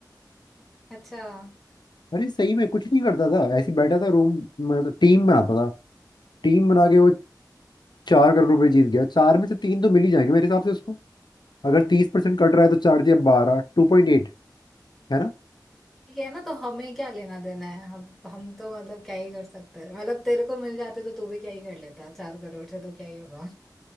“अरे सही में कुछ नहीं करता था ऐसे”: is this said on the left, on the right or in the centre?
Left